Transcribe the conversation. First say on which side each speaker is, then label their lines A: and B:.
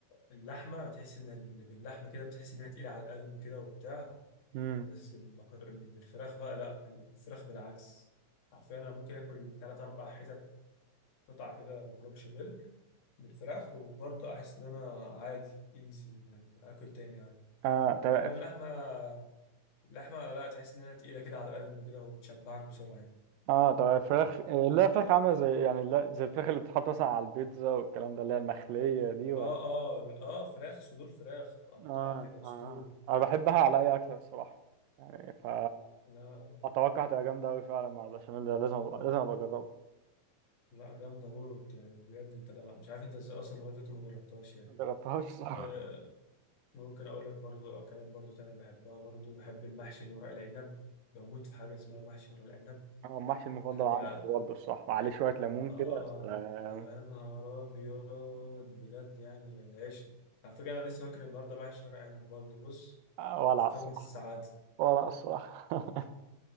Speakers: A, on the left; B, on the right.
A: اللحمة تحس ان اللي باللحمة كده بتحس انها تقيلة على القلب كده وبتاع
B: <laughs> مم.
A: بس المكر... اللي بالفراخ بقى لا الفراخ بالعكس حرفيا انا ممكن اكل ثلاث اربع حتت قطع كده مكرونة بشاميل بالفراخ وبرضه احس ان انا عادي ايزي يعني اكل تاني عادي
B: آه طب
A: انما اللحمه اللحمه لا تحس انها تقيله كده على القلب كده وبتشبعك بسرعه يعني
B: اه طب الفراخ آه، لا فراخ عامله زي يعني لا زي الفراخ اللي بتتحط مثلا على البيتزا والكلام ده اللي هي المخليه دي ولا
A: اه اه اه فراخ صدور فراخ متقطعه
B: آه,
A: كده صدور
B: اه انا بحبها على اي اكله الصراحه يعني ف
A: لا
B: اتوقع هتبقى جامده قوي فعلا مع البشاميل ده لازم أبقى لازم ابقى اجربها
A: لا جامده موت يعني بجد انت لا مش عارف انت ازاي اصلا لغايه دلوقتي ما جربتهاش يعني
B: ما جربتهاش الصراحه
A: آه ممكن اقول لك برضو اكلات برضو تانية بحبها برضو بحب المحشي اللي ورق العنب بموت في حاجه اسمها محشي ورق العنب
B: هو <laughs> المحشي المفضل
A: حاجه
B: عندي برضه الصراحه عليه شويه ليمون
A: اه
B: كده بس آه،
A: يا نهار ابيض بجد يعني العيش على فكره انا لسه واكل النهارده محشي ورق عنب برضو بص
B: آه، ولع
A: في
B: الصراحه
A: قمة السعادة
B: ولع الصراحه <laughs>